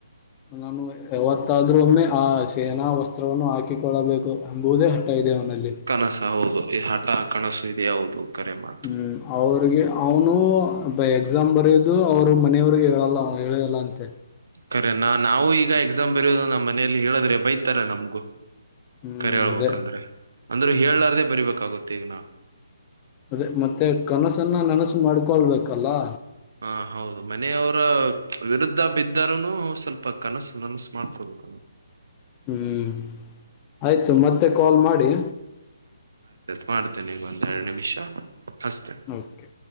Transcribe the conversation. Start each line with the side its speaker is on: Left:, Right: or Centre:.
Left: ನಾನು ಯಾವತ್ತಾದ್ರೂ ಒಮ್ಮೆ ಆ ಸೇನಾ ವಸ್ತ್ರವನ್ನು ಹಾಕಿಕೊಳ್ಳಬೇಕು ಎಂಬುದೇ ಹಠ ಇದೆ ಅವನಲ್ಲಿ.
Right: ಕನಸ ಹೌದು ಈ ಹ ಆ ಕನಸು ಇದೆ ಹೌದು. ಕರೆ ಮಾತು
Left: ಹ್ಮ್ ಅವ್ರಿಗೆ ಅವ್ನು ಎಕ್ಸಾಮ್ ಬರೇದು ಅವ್ರು ಮನೆಯವ್ರಿಗೆ ಹೇಳಲ್ಲ ಹೇಳೇಇಲ್ಲ ಅಂತೆ.
Right: ಕರೇನಾ ನಾವು ಈಗ ಎಕ್ಸಾಮ್ ಬರೆಯೋದ ನಮ್ಮ್ ಮನೆಯಲ್ಲಿ ಹೇಳಿದ್ರೆ ಬೈತಾರೆ ನಮ್ಗು.
Left: ಹ್ಮ್
Right: ಕರೆ ಹೇಳ್ಬೇಕಂದ್ರೆ
Left: ಅದೇ
Right: ಅಂದ್ರೆ ಹೇಳ್ಲಾರ್ದೇ ಬರಿಬೇಕಾಗುತ್ತೆ ಈಗ ನಾ
Left: ಅದೇ ಮತ್ತೆ ಕನಸನ್ನ ನನ ಸ್ ಮಾಡ್ಕೊಳ್ಬೇಕಲ್ಲಾ.
Right: ಹಾ ಹೌದು ಮನೆಯವರ ವಿರುದ್ಧ ಬಿದ್ ದ್ದರೂನು ಸ್ವಲ್ಪ ಕನಸು ನನಸು ಮಾಡ್ಕೊಬೇಕು.
Left: ಹ್ಮ್ ಆಯ್ತು ಮತ್ತೆ ಕಾಲ್ ಮಾಡಿ.
Right: ಮಾಡ್ತೇನೆ ಒಂದ್ ಎರಡು ನಿಮಿಷ. ಹಸ್ತೆ
Left: ಓಕೆ